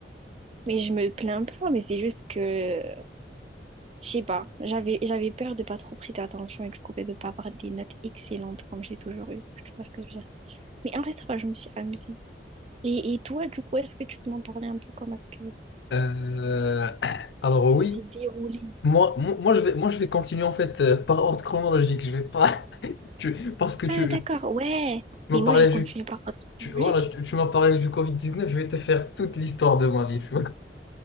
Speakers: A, on the right; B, on the left.
A: mais je me plains pas, mais c'est juste que Je sais pas, j'avais j'avais peur de pas trop prêter attention et du coup ben, de pas avoir des notes excellentes comme j'ai toujours eu. Je sais pas ce que je veux dire. Mais en vrai, ça va, je me suis amusée. Et, et toi, du coup, est-ce que tu peux m'en parler un peu comment est-ce que
B: Euh, <clears throat> alors
A: ça
B: oui,
A: s'est déroulé?
B: moi, moi, moi, je vais, moi je vais continuer en fait euh, par ordre chronologique. Je vais pas, <laughs> tu- parce que tu,
A: Ah, d'accord, ouais.
B: tu
A: Mais
B: m'as
A: moi,
B: parlé
A: j'ai continué
B: du,
A: par ordre
B: tu,
A: chronologique.
B: voilà, tu, tu m'as parlé du covid dix neuf je vais te faire toute l'histoire de ma vie. tu vois.